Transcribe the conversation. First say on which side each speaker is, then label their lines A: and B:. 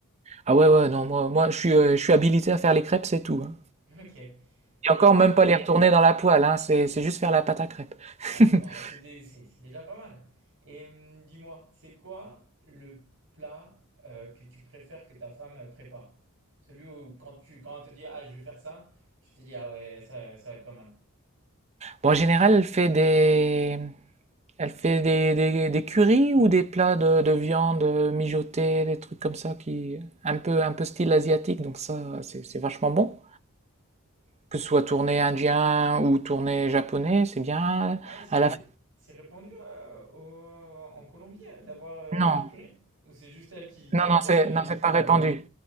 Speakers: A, on the right; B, on the right.
A: Ah ouais, ouais, non, moi, moi je suis, euh, je suis habilité à faire les crêpes, c'est tout. hein.
B: <laughs> Ok. Et
A: Et encore, même
B: hum,
A: pas les retourner dans la poêle, hein, c'est, c'est juste faire la pâte à crêpes.
B: ah,
A: <laughs>
B: bah, c'est dé- c'est- c'est déjà pas mal. Et hum, dis-moi, c'est quoi le plat euh, que tu préfères que ta femme euh, prépare? Celui où quand tu quand elle te dit ah je vais faire ça, tu te dis ah ouais ça, ça va être pas mal.
A: Bon, en général, elle fait des, elle fait des, des, des currys ou des plats de, de viande mijotée, des trucs comme ça qui, un peu, un peu style asiatique, donc ça, c'est c'est vachement bon. Que ce soit tourné indien ou tourné japonais, c'est bien.
B: Ah et c'est
A: À la fin-
B: c'est répandu euh, au- en Colombie euh, d'avoir euh,
A: Non,
B: du curry? Ou c'est juste elle qui, qui
A: non,
B: aime
A: non,
B: bien
A: c'est
B: et
A: non, c'est
B: qui
A: pas répandu.